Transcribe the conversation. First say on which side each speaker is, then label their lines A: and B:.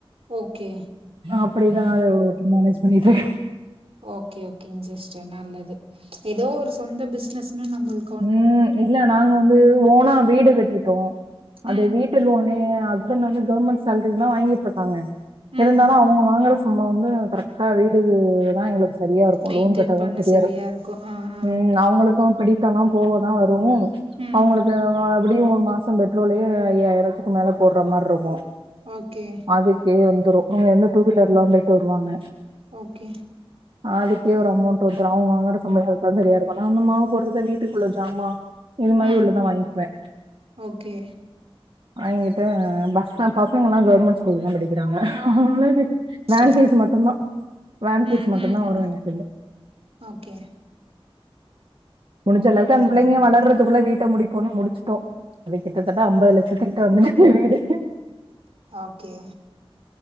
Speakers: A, on the right (about 80°); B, on the right (about 60°).
A: ஓகே
B: அப்படிதான் ஓட்டி மேனேஜ் பண்ணிகிட்டு இருக்கேன்
A: ஓகே ஓகேங்க சிஸ்டர் நல்லது ஏதோ ஒரு சொந்த பிஸ்னஸ்ன்னு நம்பளுக்கு
B: உம் இல்ல நாங்க வந்து ஓனா வீடு கட்டிட்டோம் அது
A: ம்,
B: வீட் வீட்டு லோனு ஹஸ்பண்ட் வந்து கவர்மெண்ட் சேல்ரி தான் வாங்கிட்டு இருக்காங்க
A: ம்.
B: இருந்தாலும் அவுங்க வாங்குற நம்ம வந்து கரெக்டா வீடு தான் எங்களுக்கு சரியா இருக்கும்
A: மெயின்டெயின்
B: லோன் கட்டவும்
A: பண்ண
B: சரியா இருக்
A: இருக்கும். அ, அ,
B: உம் அவுங்களுக்கும் பிடி த்தம் எல்லாம் போக தான் வரும்
A: ம்.
B: அவுங்களுக்கு எப்படியும் ஒரு மாசம் பெட்ரோலே ஐயாயிரத்துக்கு மேல போடுற மாதிரி இருக்கும்
A: ஓகே
B: அதுக்கே வந்துரும் இங்க இருந்து டூ வீலர்ல போயிட்டு வருவாங்க
A: ஓகே
B: அதுக்கே ஒரு அமொண்ட் வந்துரும் அவுங்க வாங்குற சம்பளம் அதுக்குதா சரியா இருக்கும் நா வந்து மாவு போடுறது வீட்டுக்குள்ள ஜாமா இது மாதிரி
A: ம்,
B: உள்ளத
A: ம்.
B: வாங்கிக்குவேன்
A: ஓகே
B: ஆ எங்ககிட்ட பச பசங்கல்லாம் கவர்மெண்ட் ஸ்கூல் தான் படிக்கிறாங்க அதனால எனக்கு
A: சிஸ்டர்.
B: வேன் ஃபீஸ் மட்டுந்தான் வேன் ஃபீஸ்
A: ம்,
B: மட்டுந்தான்
A: ம், ம்.
B: வரும் எனக்கு
A: ஓகே
B: முடிஞ்சளவுக்கு அந்த
A: நல்லதுங்க.
B: பிள்ளைங்க வளர்றதுக்குள்ள வீட்ட முடிப்போன்னு முடிச்சு டோ அது கிட்டத்தட்ட ஐம்பது லட்சத்துக்கிட்ட வந்துருக்கு வீடு
A: ஓகே